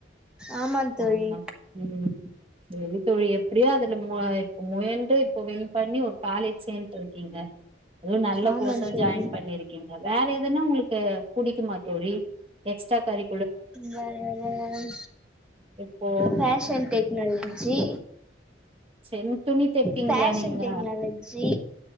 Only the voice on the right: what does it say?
ஆமா உம் சேரி தோழி எப்டியே அதுல இப்ப முயன்று இப்ப வேனு பண்ணி ஒரு காலேஜ் சேர்ந்துட்டு இருக்கீங்க அதுவும் நல்ல
கோர்ஸா
ஜாயின் பண்ணிருக்கீங்க வேற எதுனா உங்களுக் த புடிக்க மா தோழி எக்ஸ்டா கரி
இப்போ
சென் துணி தைப்பிங்களா
நீங்க